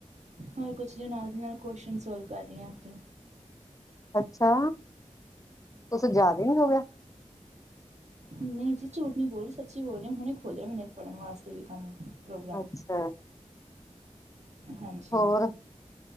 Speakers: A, on the right; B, on the left.
A: ਹੋਰ ਕੁਛ ਜਿ ਨਾਲ ਦੀ ਨਾਲ ਕੁਸ਼ਚਨ ਸੋਲਵ ਕਰ ਰਹੀ ਹਾਂ ਉੱ ਅਤੇ
B: ਅੱਛਾ, ਕੁਛ ਜ਼ਿਆਦੇ ਨੀ ਹੋ ਗਿਆ-
A: ਨਹੀਂ ਜੀ, ਝੂਠ ਨੀ ਬੋਲ ਰਹੀ, ਸੱਚੀ ਬੋਲ ਰਹੀ ਹੁਣ ਇਹ ਖੋਲਿਆ ਮੈ ਪੜ੍ਹਨ ਵਾਸਤੇ ਵੀ ਕੰਮ! ਪ੍ਰੋਗਰਾਮ
B: ਅੱਛਾ-
A: ਹਾਂਜੀ,
B: ਹੋਰ